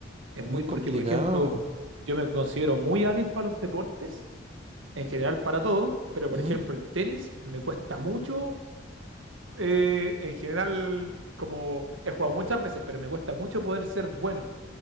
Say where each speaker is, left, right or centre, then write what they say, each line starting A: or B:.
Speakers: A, on the right; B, on the right.
A: Es
B: Muy
A: muy, porque,
B: complicado.
A: por ejemplo, yo me considero muy hábil para los deportes, en general para todo, pero, por
B: Ujú,
A: ejemplo, el tenis me cuesta mucho, eh, en general, como he jugado muchas veces, pero me cuesta mucho poder ser bueno,